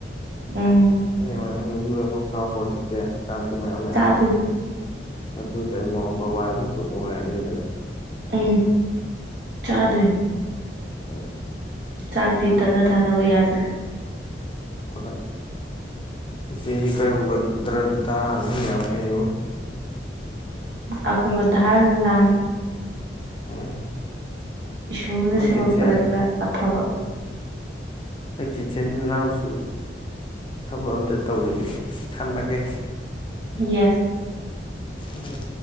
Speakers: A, on the right; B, on the left.
A: ꯎꯝ
B: ꯍ ꯃꯥ ꯐ ꯆꯥꯎꯣꯁꯦ ꯆꯦ ꯆꯥꯛꯇꯨ ꯃꯌꯥꯝ ꯃꯌꯥꯝ
A: ꯆꯥꯗꯣꯏꯅꯤ
B: ꯑꯗꯨ ꯇꯃꯣ ꯕꯕꯥꯔꯅ ꯁꯨꯠꯅꯨꯡ ꯍꯥꯏꯅꯤꯗꯦ
A: ꯎꯝ ꯆꯥꯗꯅꯤ
B: ꯎꯝ
A: ꯆꯥꯛꯇꯤ ꯇꯠꯅ ꯊꯥꯅꯕ ꯌꯥꯗ꯭ꯔꯦ
B: ꯐꯀꯣꯏ ꯁꯤꯁꯤ ꯀꯔꯝꯕ ꯗ꯭ꯔꯗꯅ ꯌꯥꯝ ꯐꯩꯣ
A: ꯑꯐꯕꯙꯥꯟ ꯂꯥꯟ
B: ꯎꯝ
A: ꯏꯁꯣꯔꯅ
B: ꯍꯣꯏ
A: ꯁꯦꯝꯃꯛꯄꯗ
B: ꯆꯦꯆꯦ
A: ꯈꯔ ꯑꯐꯕ
B: ꯑꯩꯈꯆꯤꯟꯆꯤꯟꯅꯥꯎꯁꯨ ꯊꯕꯛ ꯑꯝꯇ ꯇꯧꯔꯤꯒꯦ ꯊꯝꯃꯒꯦ
A: ꯌꯦꯁ
B: ꯎꯝ